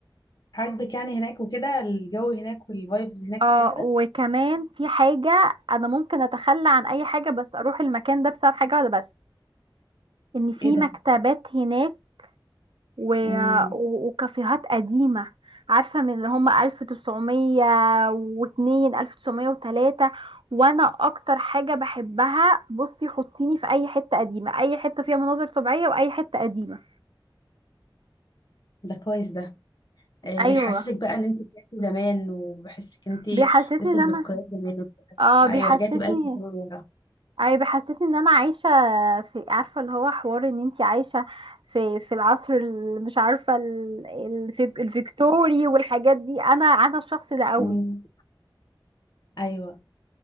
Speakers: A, on the left; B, on the right.
A: عاجبك يعني هناك وكده الجو هناك والفايبز هناك
B: اه
A: وكده
B: وكمان في حاجه انا ممكن اتخلى عن اي حاجه بس اروح المكان ده بسبب حاجه واحده بس ان في
A: إيه ده
B: مكتبات هناك و...
A: مم.
B: و... وكافيهات قديمه عارفه من اللي هم 1902 1903 وانا اكتر حاجه بحبها بصي حطيني في اي حته قديمه اي حته فيها مناظر طبيعيه واي حته قديمه
A: ده كويس ده آه،
B: ايوه
A: بيحسسك بقى ان انت رجعتي زمان وبحسك انت
B: بيحسسني
A: لسه
B: ان
A: في
B: انا
A: ذكريات زمان وكده
B: اه
A: ايوه
B: بيحسسني
A: رجعتي بقلب الزمن ورا
B: اي بيحسسني ان انا عايشه في عارفه اللي هو حوار ان انتي عايشه في في العصر ال- مش عارفه ال- الفيك- الفيكتوري والحاجات دي انا انا الشخص ده قوي
A: مم. ايوه